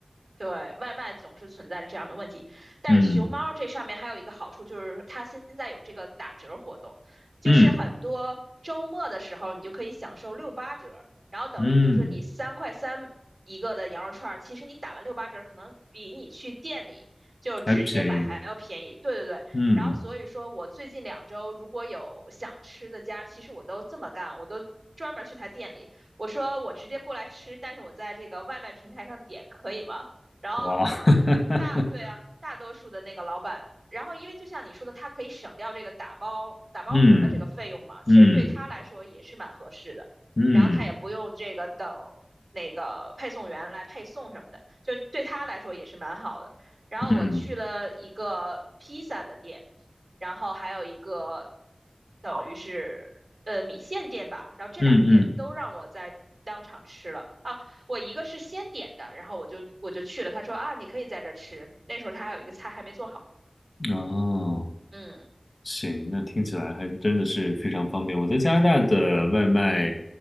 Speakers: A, on the right (about 70°); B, on the left (about 60°).
A: 对，外卖总是存在着这样的问题，但是熊猫这上面还有一个好处，
B: 嗯
A: 就是它现在有这个打折活动，就是很多周末的时候你就可以享受六八折，
B: 嗯
A: 然后等于比如说你三块三一个的羊肉串儿，
B: 嗯，
A: 其实你打完六八折，可能比你去店里就直接买还要便宜。
B: 还便宜，
A: 对对对，
B: 嗯，
A: 然后所以说我最近两周如果有想吃的家，其实我都这么干，我都。专门去他店里，我说我直接过来吃，但是我在这个外卖平台上点可以吗？然后
B: 哇，<laughs>
A: 大，对啊，大多数的那个老板，然后因为就像你说的，他可以省掉这个打包打包盒的这个费用嘛，
B: 嗯
A: 其实对他来说也是蛮合适的。
B: 嗯嗯
A: 然后他也不用这个等那个配送员来配送什么的，就对他来说也是蛮好的。然后我去了一个披萨的店，
B: 嗯嗯
A: 然后还有一个等于是呃米线店吧，然后这两个店都让我在当场吃了啊。
B: 嗯嗯。
A: 我一个是先点的，然后我就我就去了，他说啊你可以在这吃，那时候他还有一个菜还没做好，
B: 哦，
A: 嗯，
B: 行，那听起来还真的是非常方便。我在加拿大的外卖